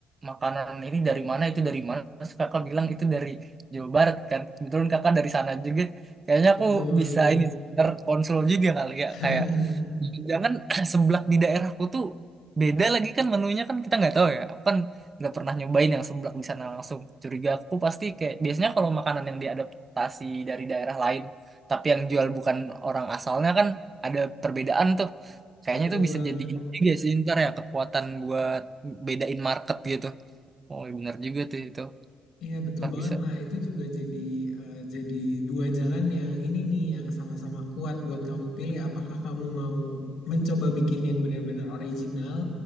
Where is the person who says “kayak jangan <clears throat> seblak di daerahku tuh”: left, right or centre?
Right